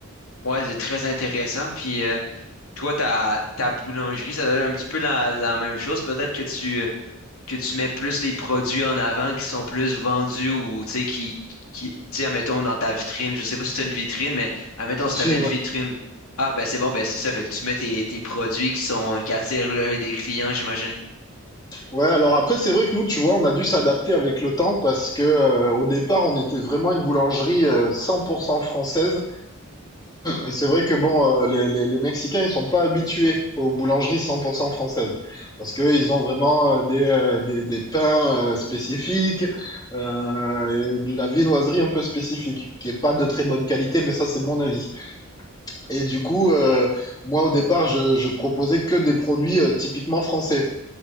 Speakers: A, on the left (about 80°); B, on the left (about 20°).
A: Ouais, c'est très intéressant. Puis euh, toi, ta, ta boulangerie, ça doit être un petit peu la, la même chose. Peut-être que tu que tu mets plus les produits en avant qui sont plus vendus ou, tu sais, qui, qui, tu sais, admettons, dans ta vitrine, je sais pas si t'as une vitrine, mais admettons,
B: Si,
A: si t'avais une
B: ouais.
A: vitrine, ah, ben c'est bon, ben c'est ça, fait que tu mets tes, tes produits qui sont, qui attirent l'œil des clients, j'imagine.
B: Ouais, alors après, c'est vrai que nous, tu vois, on a dû s'adapter avec le temps parce que euh, au départ, on était vraiment une boulangerie euh, 100% française. Et C'est vrai que bon, euh, les, les- les Mexicains, ils sont pas habitués aux boulangeries 100% françaises parce que ils ont vraiment euh, des, euh, des, des pains euh, spécifiques euh, et de la viennoiserie un peu spécifique qui est pas de très bonne qualité, mais ça, c'est mon avis. Et du coup, euh, moi, au départ, je, je proposais que des produits euh, typiquement français.